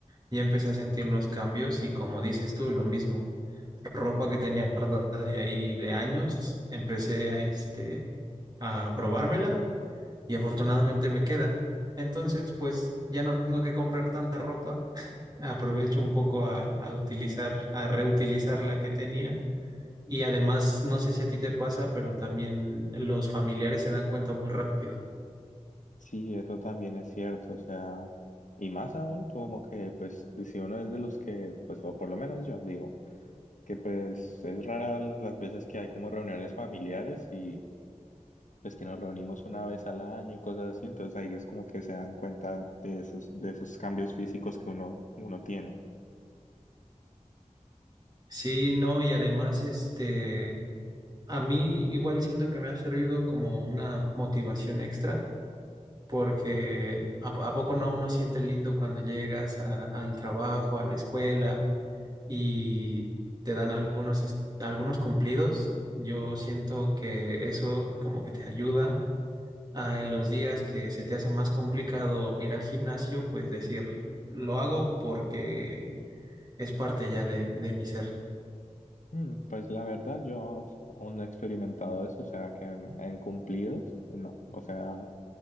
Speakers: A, on the right; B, on the left.
A: y empecé a sentir los cambios y como dices tú, lo mismo. Ropa que tenía guardada de ahí de años, empecé a, este, a probármela y afortunadamente me queda. Entonces, pues ya no tengo que comprar tanta ropa. Aprovecho un poco a, a utilizar, a reutilizar la que tenía. Y además, no sé si a ti te pasa, pero también los familiares se dan cuenta muy rápido.
B: Sí, eso también es cierto, o sea, y más aún como que pues si uno es de los que, pues o por lo menos yo digo. que pues es rara las veces que hay como reuniones familiares y pues que nos reunimos una vez al año y cosas así, entonces ahí es como que se dan cuenta de esos, de esos cambios físicos que uno, uno tiene.
A: Sí, no, y además, este, A mí igual siento que me ha servido como una motivación extra, porque a, a poco no uno siente lindo cuando llegas a- al trabajo, a la escuela y te dan algunos, es- algunos cumplidos. Yo siento que eso como que te ayuda a, en los días que se te hace más complicado ir al gimnasio, pues decir, lo hago porque es parte ya de, de mi ser.
B: Mm, pues la verdad yo aún no he experimentado eso, o sea que en, en cumplidos, no, o sea,